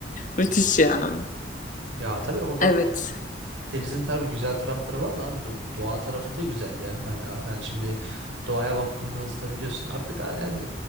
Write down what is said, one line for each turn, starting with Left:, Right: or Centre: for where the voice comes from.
Left: Müthiş ya.
Right: Ya tabii orada
Left: Evet,
Right: Denizin tabii güzel tarafları var da abi do- doğa tarafı da güzel ya kanka. Yani şimdi doğaya baktığımızda biliyorsun artık ha- yani